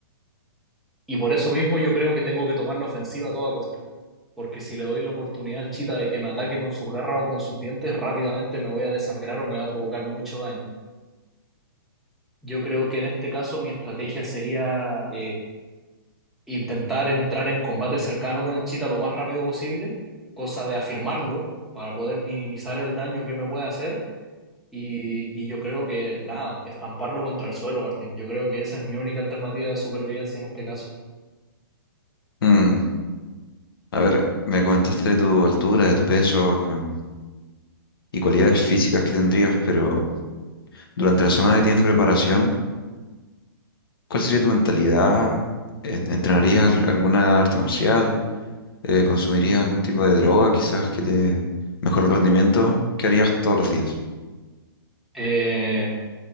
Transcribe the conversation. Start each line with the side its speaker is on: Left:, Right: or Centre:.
Centre: Y por eso mismo yo creo que tengo que tomar la ofensiva a toda costa. Porque si le doy la oportunidad al chita de que me ataque con sus garras o con sus dientes, rápidamente me voy a desangrar o me va a provocar mucho daño. Yo creo que en este caso mi estrategia sería eh, intentar entrar en combate cercano con el chita lo más rápido posible, cosa de afirmarlo para poder minimizar el daño que me puede hacer Y, y yo creo que, nada, estamparlo contra el suelo, Martín. Yo creo que esa es mi única alternativa de supervivencia en este caso.
Left: Mm, a ver, me comentaste de tu altura, de tu peso, em, y cualidades físicas que tendrías, pero durante la semana que tienes de preparación, ¿cuál sería tu mentalidad? Eh, ¿Entrenarías al- alguna arte marcial? Eh, ¿consumirías algún tipo de droga quizás que te mejore el rendimiento? ¿Qué harías todos los días?
Centre: Eh,